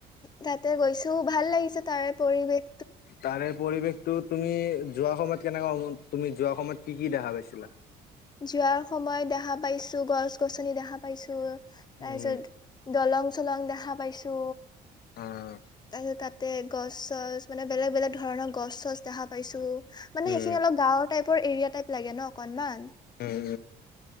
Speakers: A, on the left; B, on the left.
A: তাতে গৈছো ভাল লাগিছে তাৰে পৰিৱেশ
B: তাৰে পৰিৱেশটো তুমি যোৱাৰ সময়ত কেনেকা তুমি যোৱাৰ সময়ত কি কি দেখা পাইছিলা
A: যোৱাৰ সময়ত দেখা পাইছো গছ গছনি দেখা পাইছো তাৰ
B: উম
A: পিছত দলং চলং দেখা পাইছো
B: অ',
A: তাৰপিছত তাত গছ চছ মানে বেলেগ বেলেগ ধৰণৰ গছ চছ দেখা পাইছো মানে
B: উম
A: সেইখিনি অলপ গাঁৱৰ টাইপ পৰ এৰিয়া টাইপ লাগে ন অকণমান
B: উম